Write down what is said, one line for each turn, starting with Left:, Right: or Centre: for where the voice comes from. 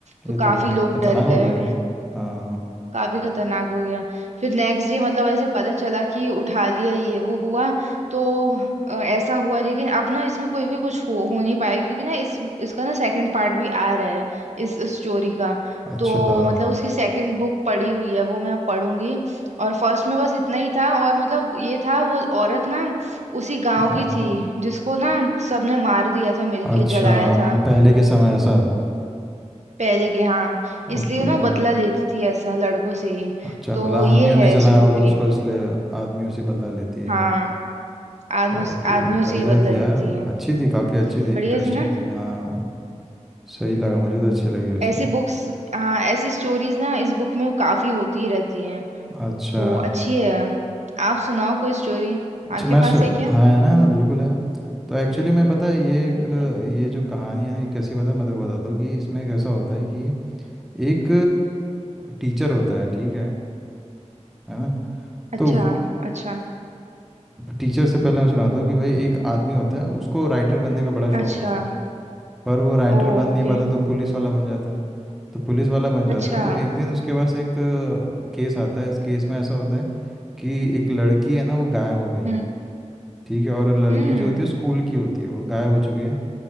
Right: तो
Centre: ये
Right: काफी
Centre: तो बहुत
Right: लोग
Centre: खतरनाक
Right: डर गए
Centre: हो गया हाँ
Right: काफी खतरनाक हो गया फिर नेक्स्ट डे मतलब ऐसे पता चला कि उठा लिया ये वो हुआ तो अ, ऐसा हुआ लेकिन अब ना इसमें कोई भी कुछ हो, हो नहीं पाया क्योंकि ना इस इसका ना सेकंड पार्ट भी आ रहा है इस स्टोरी का
Centre: अच्छा
Right: तो मतलब उसकी सेकंड बुक पड़ी हुई है वो मैं अब पढ़ूंगी और फर्स्ट में बस इतना ही था और मतलब ये था वो औरत ना उसी गांव
Centre: हाँ
Right: की थी जिसको ना सबने मार दिया था मिलके
Centre: अच्छा
Right: जलाया था
Centre: म- पहले के समय ऐसा
Right: पहले के हाँ इसलिए
Centre: ओके
Right: वो ना बदला लेती थी ऐसा लड़कों से ही
Centre: अच्छा
Right: तो
Centre: मतलब आदमियों
Right: ये
Centre: ने
Right: है
Centre: जलाया
Right: स्टोरी
Centre: होगा उसको इसलिए आदमियों से बदला लेती है
Right: हाँ आदमों
Centre: ओके
Right: आदमियों
Centre: बढ़िया
Right: से ही बदला
Centre: थी यार
Right: लेती है
Centre: अच्छी थी काफ़ी अच्छी थी
Right: बढ़िया
Centre: इंटरेस्टिंग
Right: थी ना
Centre: थी हाँ सही लगा मुझे तो अच्छी लगी वैसे
Right: ऐसी बुक्स हाँ ऐसी स्टोरीज ना इस बुक में काफी होती ही रहती हैं
Centre: अच्छा
Right: तो अच्छी है आप सुनाओ कोई स्टोरी
Centre: अच्छा
Right: आपके
Centre: मैं सु...
Right: पास है क्या
Centre: हाँ है ना है ना बिल्कुल है तो एक्चुअली मैं पता है ये एक
Right: ठीक है
Centre: ये जो कहानी है ना ये कैसी पता है मैं तो बताता हूँ कि इसमें कैसा होता है कि एक टीचर होता है ठीक है है ना
Right: अच्छा
Centre: तो
Right: अच्छा
Centre: टीचर से पहले मैं सुनाता हूँ कि भाई एक आदमी होता है उसको राइटर बनने का बड़ा शौक
Right: अच्छा
Centre: होता है पर वो राइटर
Right: ओ
Centre: बन नहीं
Right: ओके
Centre: पाता तो पुलिस वाला बन जाता है तो पुलिस वाला बन जाता
Right: अच्छा
Centre: है तो एक दिन उसके पास एक केस आता है इस केस में ऐसा होता है कि एक लड़की है ना वो गायब हो गई
Right: हम्म
Centre: है ठीक है और लड़की
Right: हम्म
Centre: जो होती है स्कूल की होती है वो गायब हो चुकी है